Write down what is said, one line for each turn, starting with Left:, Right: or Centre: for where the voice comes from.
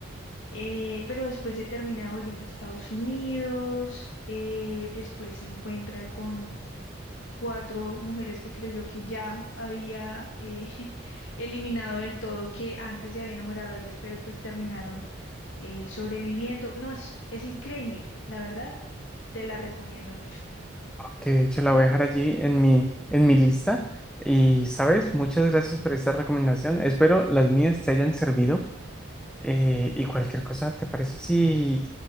Left: Eh, pero después se termina volviendo a Estados Unidos, eh, después se encuentra con cuatro mujeres que creyó que ya había eh, <laughs> eliminado del todo, que antes se había enamorado de ellas, pero pues terminaron eh, sobreviviendo. No, es, es increíble, la verdad, te la recomiendo mucho.
Centre: ok, de hecho la voy a dejar allí en mi, en mi lista. Y, ¿sabes? Muchas gracias por esta recomendación. Espero las mías te hayan servido. Eh, y cualquier cosa, ¿te parece si...